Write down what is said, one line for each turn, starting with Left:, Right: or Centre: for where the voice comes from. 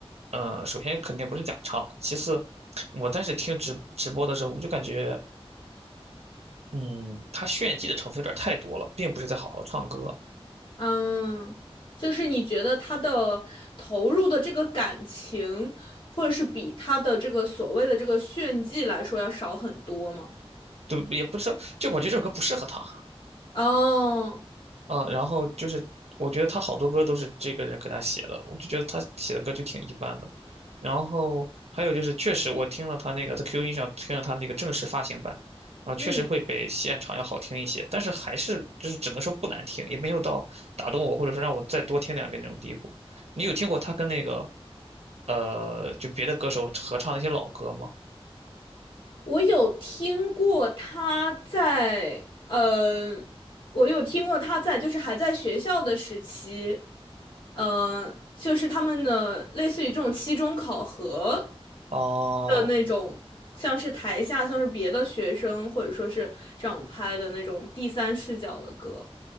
Right: 嗯，首先肯定不是假唱，其次，我当时听直直播的时候，我就感觉，嗯，他炫技的成分有点太多了，并不是在好好唱歌。
Left: 嗯，就是你觉得他的投入的这个感情，或者是比他的这个所谓的这个炫技来说要少很多吗？
Right: 对，也不是，就我觉得这首歌不适合他。
Left: 哦，
Right: 嗯，然后就是我觉得他好多歌都是这个人给他写的，我就觉得他写的歌就挺一般的。然后还有就是，确实我听了他那个在 q 音上听了他那个正式发行版，然后确实会比现场要好听一些，
Left: 嗯。
Right: 但是还是就是只能说不难听，也没有到打动我或者说让我再多听两遍那种地步。你有听过他跟那个呃就别的歌手合唱那些老歌吗？
Left: 我有听过他在，呃，我有听过他在，就是还在学校的时期，呃，就是他们的类似于这种期中考核
Right: 哦，
Left: 的那种，像是台下像是别的学生或者说是这样拍的那种第三视角的歌，